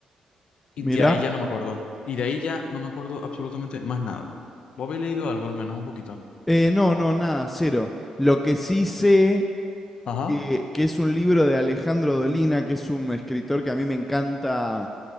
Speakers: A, on the left (about 50°); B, in the centre.
A: Y de
B: Mirá.
A: ahí ya no me acuerdo. Y de ahí ya no me acuerdo absolutamente más nada. ¿Vos habéis leído algo, al menos un poquito?
B: Eh, no, no, nada, cero. Lo que sí sé
A: Ajá,
B: que, que es un libro de Alejandro Dolina, que es un escritor que a mí me encanta